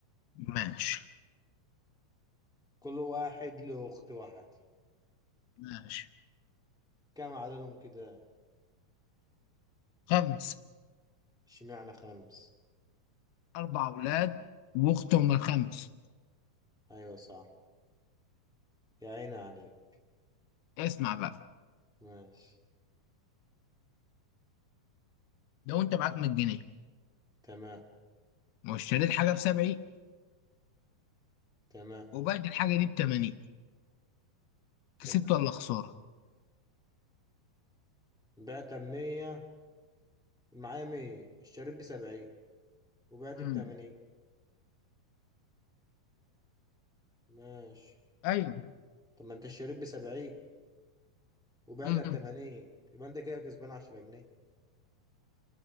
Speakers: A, on the left; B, in the centre.
A: ماشي
B: كل واحد له أخت واحد
A: ماشي
B: كم عددهم كده؟
A: خمس
B: اشمعنى خمس
A: أربع أولاد وأختهم الخمس
B: أيوة صح يا عيني عليك
A: اسمع بقى
B: ماشي
A: لو أنت معاك 100 جنيه
B: تمام
A: واشتريت حاجة بسبعين
B: تمام
A: وبعت الحاجة دي بتمانين كسبت
B: تمام
A: ولا خسارة؟
B: بعت بمية معايا مية اشتريت بسبعين وبعت
A: امم
B: بتمانين ماشي
A: ايوه
B: طب ما انت اشتريت بسبعين وبعتها
A: امم
B: بتمانين يبقى انت كده كسبان عشرة جنيه